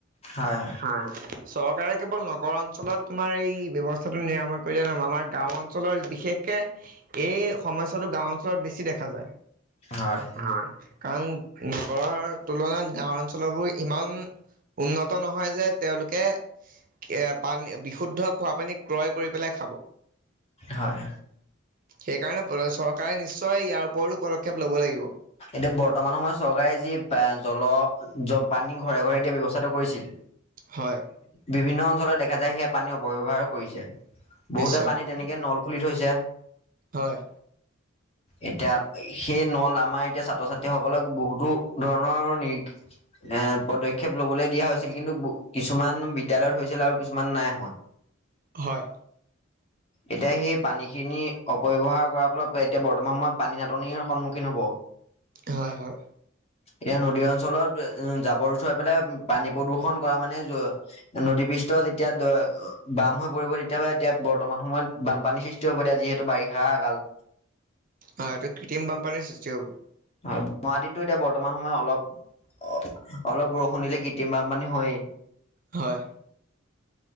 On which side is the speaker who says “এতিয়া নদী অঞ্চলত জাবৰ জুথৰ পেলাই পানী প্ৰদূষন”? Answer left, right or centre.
Left